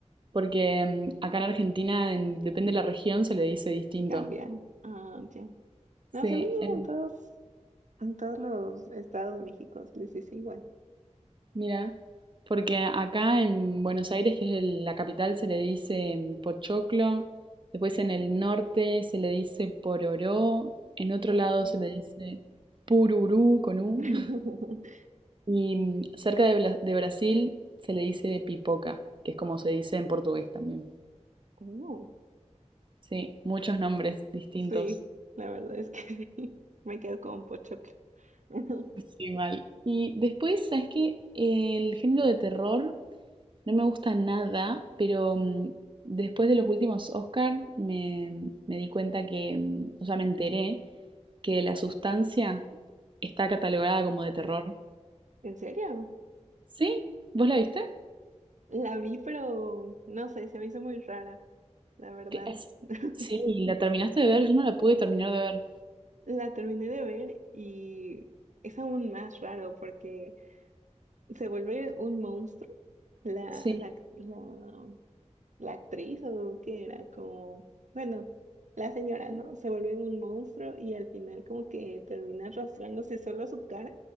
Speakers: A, on the right; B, on the right.
A: porque mm, acá en Argentina, en- depende de la región, se le dice distinto.
B: Cambia. Ah, ya.
A: Sí,
B: No, según yo,
A: es
B: en todos, en todos los estados de México se les dice igual.
A: Mira, porque acá en Buenos Aires, que es el- la capital, se le dice mm, pochoclo, después en el norte se le dice pororó, en otro
B: Por
A: lado
B: oro.
A: se le dice pururú con U,
B: <laughs>
A: <laughs> y mm, cerca de, Bla- de Brasil se le dice pipoca, que es como se dice en portugués también.
B: Oh.
A: Sí, muchos nombres distintos.
B: Sí, la verdad es que sí. <laughs> Me quedo como un pochoclo. <laughs>
A: Sí, mal. Y después, ¿sabes qué? El género de terror no me gusta nada, pero mm, después de los últimos Oscar me, me di cuenta que, mm, o sea, me enteré que La Sustancia está catalogada como de terror.
B: ¿En serio?
A: ¿Sí? ¿Vos la viste?
B: La vi, pero no sé, se me hizo muy rara, la verdad.
A: Que- es-
B: <laughs>
A: Sí, la terminaste de ver, yo no la pude terminar de ver.
B: La terminé de ver y es aún más raro porque se vuelve un monstruo. La,
A: Sí,
B: la, la, la actriz o qué era, como, bueno, la señora, ¿no? Se vuelve un monstruo y al final como que termina arrastrándose solo su cara